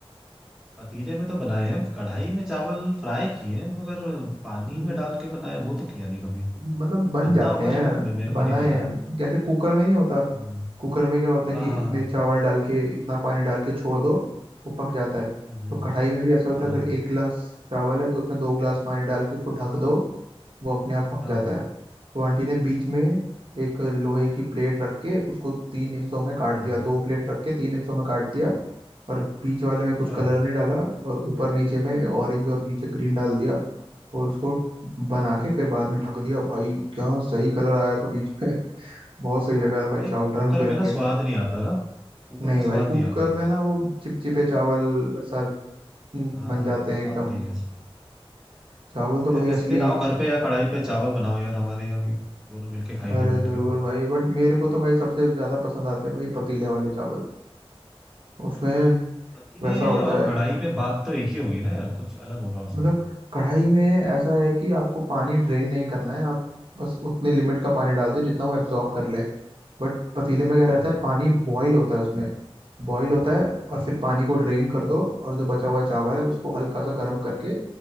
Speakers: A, in the centre; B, on the right (about 60°).
A: पतीले में तो बनाए हैं कढ़ाई में चावल फ्राई किए हैं मगर पानी
B: कभी
A: में डाल के बनाए वो तो किया नहीं कभी
B: मतलब बन
A: बनता
B: जाते
A: होगा
B: हैं
A: शायद मे- मेरे
B: बनाए
A: को नहीं पता
B: हैं
A: है
B: जैसे कुकर में नहीं होता
A: हम्म,
B: कुकर में क्या होता है
A: हाँ
B: कि
A: हाँ
B: इतने
A: हाँ
B: चावल डाल के इतना पानी डाल के छोड़ दो वो पक जाता है
A: हम्म हम्म,
B: तो कढ़ाई में भी ऐसा होता
A: हाँ
B: है
A: हाँ
B: अगर एक गिलास चावल है तो उसमें दो गिलास पानी डाल के उसको ढक दो वो अपने आप पक
A: हाँ
B: जाता है तो आंटी ने बीच में एक लोहे की प्लेट रख के उसको तीन हिस्सों में काट
A: हाँ
B: दिया दो प्लेट रख के तीन हिस्सों में काट दिया और बीच वाले में
A: अच्छा
B: कुछ कलर नहीं डाला और ऊपर नीचे में ऑरेंज और नीचे ग्रीन डाल दिया और उसको बना के फिर बाद में ढक दिया भाई क्या सही कलर आया था बीच में <laughs> बहुत सही लगा था भाई
A: भाई
B: चावल
A: कुकर
B: रंग बिरंगे
A: में ना स्वाद नहीं आता ना कुकर
B: नहीं
A: में स्वाद
B: भाई कुकर
A: नहीं आता
B: में ना वो चिपचिपे चावल वैसा हम्म,
A: हाँ
B: बन जाते हैं
A: स्वाद
B: एकदम
A: नहीं है इसका
B: चावल तो भाई
A: यार किसी
B: असली
A: दिन आओ घर पे या कढ़ाई पे चावल बनाओ यार हमारे यहाँ भी दोनों मिलके खाएंगे
B: अरे
A: बैठ
B: जरूर
A: के
B: भाई बट मेरे को तो भाई सबसे ज्यादा पसंद आते हैं भाई पतीले वाले चावल उसमें
A: पतीले
B: वैसा होता
A: और
B: है
A: कढ़ाई पे बात तो एक ही होगी ना यार कुछ अलग होगा उसमें
B: मतलब कढ़ाई में ऐसा है कि आपको पानी ड्रेन नहीं करना है आप बस उतने लिमिट का पानी डाल दो जितना वो एब्जॉर्ब कर ले बट पतीले में
A: अच्छा
B: क्या रहता है पानी बॉईल होता है उसमें बॉईल होता है
A: अच्छा,
B: और फिर पानी को ड्रेन कर दो और जो बचा हुआ चावल है उसको हल्का सा गर्म करके